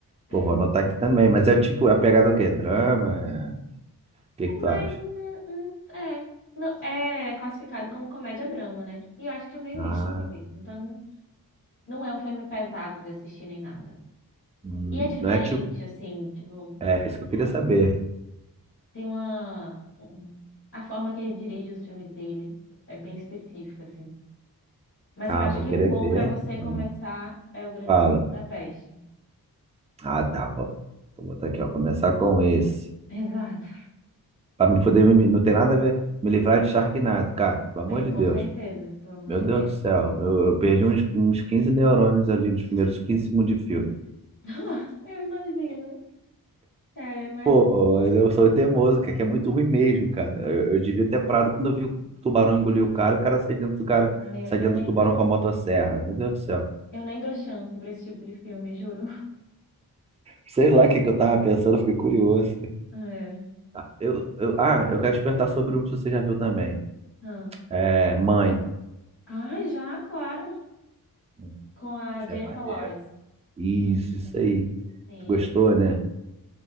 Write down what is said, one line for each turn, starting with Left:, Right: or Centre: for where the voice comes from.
Left: É,
Right: Pô, vou anotar aqui também. Mas é tipo, é a pegada é o quê? Drama? É... O que
Left: é
Right: que tu
Left: mais
Right: acha?
Left: um, um- é. Não, é classificado como comédia-drama, né? E eu acho que é meio
Right: Ah,
Left: isso, assim mesmo. Então. Não é um filme pesado de assistir nem nada.
Right: hum,
Left: E é diferente,
Right: não é tipo.
Left: assim, tipo,
Right: É isso que eu queria saber.
Left: tem uma. um- A forma que ele dirige os filmes dele é bem específica, assim. Mas
Right: Ah,
Left: eu acho
Right: vou
Left: que
Right: querer
Left: um bom
Right: ver.
Left: para você
Right: Hum,
Left: começar é O Grande
Right: Fala.
Left: Hotel da Peste.
Right: Ah, tá. Vou, vou botar aqui, ó. Começar com esse.
Left: <laughs> Exato.
Right: Pra me poder. me- Não tem nada a ver. Me livrar de Sharknado, cara. Pelo
Left: É,
Right: amor de
Left: com
Right: Deus.
Left: certeza, pelo amor
Right: Meu
Left: de
Right: Deus
Left: Deus.
Right: do céu, eu, eu perdi uns, uns 15 neurônios ali nos primeiros 15 segundos de filme.
Left: <laughs> Eu imagino. Sério, eu imagino.
Right: Pô, mas eu sou teimoso, cara, que é muito ruim mesmo, cara. Eu, eu devia ter parado quando eu vi o tubarão engolir o cara e o cara sai dentro do cara,
Left: Ai,
Right: sai
Left: Eu, eu
Right: dentro
Left: nem
Right: do tubarão
Left: dou,
Right: com a motosserra. Meu Deus do céu.
Left: eu nem dou chance pra esse tipo de filme, juro. <laughs>
Right: Sei lá o que, que eu tava pensando, eu fiquei curioso.
Left: É.
Right: Ah, Eu, eu, ah, eu quero te perguntar sobre um que você já viu também.
Left: Ah,
Right: É, Mãe.
Left: Ah, já, claro.
Right: Hum,
Left: Com a
Right: Esse
Left: Jennifer
Right: é maneiro.
Left: Lawrence.
Right: Isso, isso aí.
Left: Sim,
Right: Tu gostou, né?